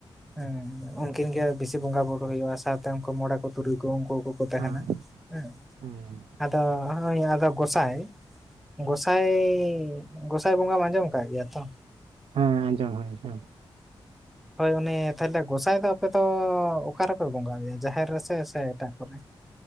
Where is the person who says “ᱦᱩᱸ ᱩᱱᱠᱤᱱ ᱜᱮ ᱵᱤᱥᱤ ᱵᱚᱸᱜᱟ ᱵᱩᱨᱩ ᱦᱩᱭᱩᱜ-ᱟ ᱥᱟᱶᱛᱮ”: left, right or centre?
Centre